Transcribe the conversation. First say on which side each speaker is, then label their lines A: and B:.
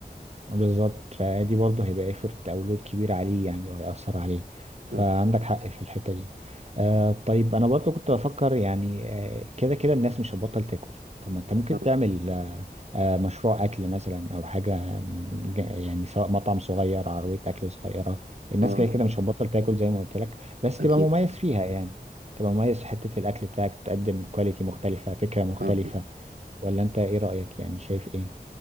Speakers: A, on the right; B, on the right.
A: بالظبط فدي برضه هيبقى ايفورت او لود كبير عليه يعني وهيأثر عليه فعندك
B: اه
A: حق في الحتة دي آه طيب انا برضه كنت بفكر يعني آه كده كده الناس مش هتبطل تاكل طب ما انت ممكن
B: اه
A: تعمل آه آه مشروع اكل مثلا او حاجة آم، ج- يعني سواء مطعم صغير عربية اكل صغيرة الناس
B: اه
A: كده كده مش هتبطل تاكل زي ما قلت لك بس تبقى
B: اكيد
A: مميز فيها يعني تبقى مميز في حتة الاكل بتاعك تقدم كواليتي مختلفة فكرة مختلفة
B: اه اه
A: ولا انت ايه رأيك يعني شايف ايه